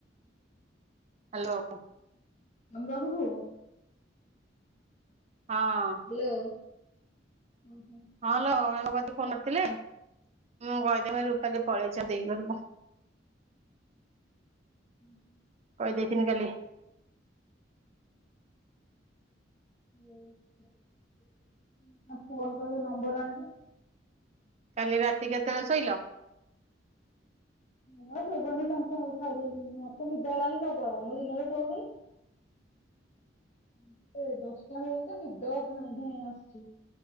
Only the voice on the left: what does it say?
ତମ ପାଖକୁ?
ହ୍ୟାଲୋ ଓହୋ।
<unintelligible>
ଓହ ଫୋନ୍ କଲେ ନମ୍ବର ଆଣିଲୁ?
ହଁ ଶୋଇପଇଲି ସାଙ୍ଗେ ସାଙ୍ଗେ ଖାଇଦେଇକି, ମତେ ନିଦ ହେଲାଣି ପ୍ରବଳ ମୁଁ ଦିନରେ ଶୋଉନି। ମତେ ଦଶଟା ବେଳକୁ ତ ନିଦ ଘାଇଁ ଘାଇଁ ଆସୁଛି।